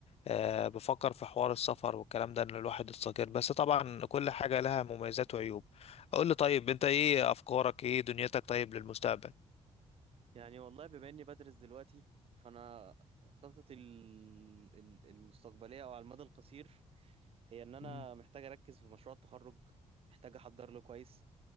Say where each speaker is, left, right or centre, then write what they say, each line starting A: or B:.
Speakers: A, on the left; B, on the right.
A: آه، بفكر في حوار السفر والكلام ده ان الواحد يستقر بس طبعا كل حاجة لها مميزات وعيوب اقول لي طيب انت ايه افكارك ايه دنيتك طيب للمستقبل
B: يعني والله بما إني بدرس دلوقتي فأنا خططي ال- ال- المستقبلية أو على المدى القصير هي إن أنا
A: مم.
B: محتاج أركز في مشروع التخرج محتاج أحضر له كويس